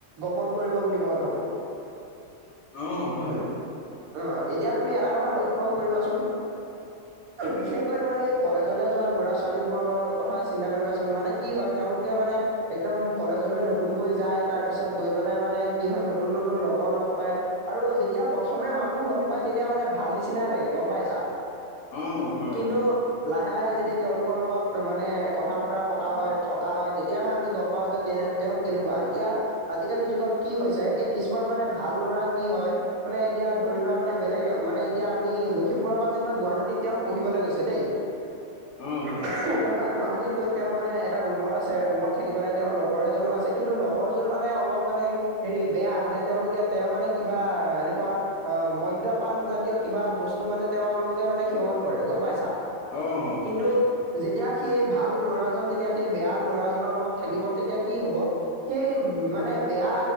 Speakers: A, on the right (about 85°); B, on the left (about 65°).
A: গমন কৰিব বুলি মই ভাবো <inaudible>
B: অ হয়
A: উহু, অহ, এতিয়া তুমি এটা কথা লক্ষ্যও কৰিবাচোন বিশেষকৈ তোমাৰ এই কলেজলৈ যোৱা ল'ৰা- ছোৱালী বোৰৰ কথা চিন্তা কৰিবাচোন মানে কি হয় তেওঁলোকে মানে একদম কলেজলৈ নতুনকৈ যায় তাৰ পিছত গৈ পেলাই মানে কি হয় নতুন - নতুন লগৰ লগ পায় আৰু যেতিয়া প্ৰথমে মানুহ লগ পাই তেতিয়া মানে ভাল নিচিনাই লাগে গম পাইছা। <inaudible>
B: অ হয়
A: কিন্তু লাহে -লাহে যেতিয়া তেওঁলোকৰ লগত মানে কথা-বতৰা পতা হয় থকা হয় তেতিয়াহে আমি গম পাও যে তে- তেওঁ কেনেকুৱা এতিয়া আজিকালি যুগত কি হৈছে এই কিছুমান মানে ভাল ল'ৰা কি হয় মানে এতিয়া ধৰি লোৱা মানে বেলেগে মানে এতিয়া আমি লখিমপুৰৰ পৰা যেনিবা গুৱাহাটীত তেওঁ পঢ়িবলৈ গৈছে দেই
B: অ
A: উঠাৰ
B: হয়
A: পৰা গুৱাহাটীত গৈ তেওঁ মানে এটা ৰুমত আছে ৰুমত থাকিব পেলাই তেওঁৰ লগৰ এজনো আছে কিন্তু লগৰ যোন মানে অলপ মানে হেৰি বেয়া মানে তেওঁলোকে তেওঁ মানে কিবা এনেকুৱা আহ, মদ্যপান জাতীয় কিবা বস্তু মানে তেওঁলোকে মানে সেৱন কৰে গম পাইছা।
B: অঁ
A: কিন্তু যেতিয়া সেই ভাল ল'ৰাজন যেতিয়া সেই বেয়া লৰাজনৰ লগত থাকিব তেতিয়া কি হব? সেই মানে বেয়া